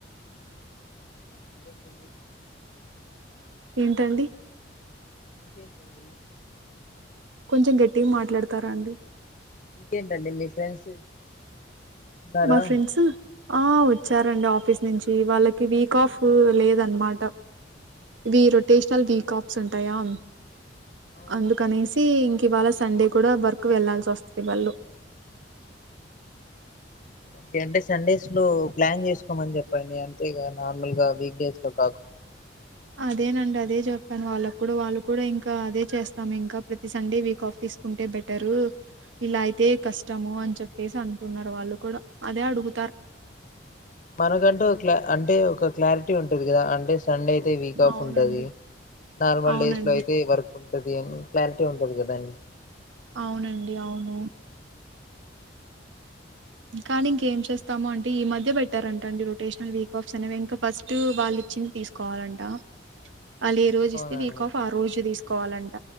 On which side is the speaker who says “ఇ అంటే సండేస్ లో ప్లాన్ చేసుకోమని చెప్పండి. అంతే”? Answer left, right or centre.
Left